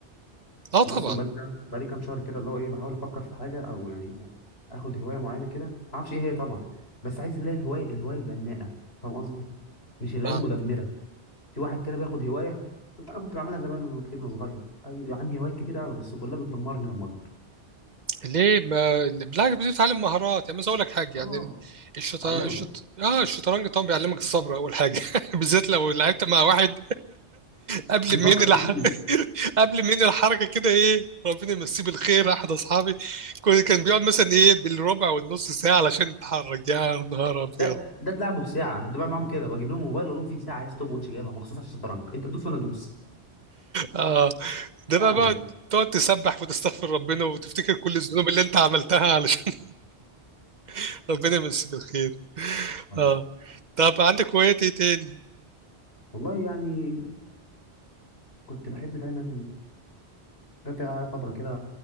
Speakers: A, on the right; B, on the left.
A: اه طبعا
B: انا اصلا بقالي كام بقالي كام شهر كده اللي هو ايه بحاول افكر في حاجه او يعني اخد هوايه معينه كده ما اعرفش ايه هي طبعا بس عايز اللي هي الهوايه الهوايه البناءه فاهم قصدي مش اللي
A: اه
B: هي المدمره في واحد كده بياخد هوايه انا كنت بعملها زمان وانا كتير وانا صغير اي عندي هوايات كتير قوي بس كلها بتدمرني لما اكبر
A: ليه ما بالعكس بتتعلم مهارات يعني مثلا أقول لك حاجة
B: اه
A: يعني الشط...
B: معلمه
A: الشط... اه الشطرنج طبعا بيعلمك الصبر أول حاجة <laughs> بالذات لو لعبت مع واحد قبل
B: بيفكر
A: منين الح...
B: كتير
A: <laughs> قبل منين الحركه كده ايه ربنا يمسيه بالخير احد اصحابي كان كان بيقعد مثلا ايه بالربع والنص ساعه علشان يتحرك يا نهار ابيض
B: ده ده تلعبه بساعه انا كنت بعمل معاهم كده بجيب لهم موبايل اقول لهم في ساعه ستوب واتش جايبها مخصوص عشان الشطرنج انت تدوس وانا ادوس
A: اه ده
B: يا
A: بقى
B: عم
A: بقى
B: ده
A: تقعد تسبح وتستغفر ربنا وتفتكر كل الذنوب اللي انت عملتها علشان <laughs> ربنا يمسيه بالخير
B: هذا.
A: اه طب عندك هوايات ايه تاني
B: والله يعني كنت بحب دايما آه، جات على فترة كده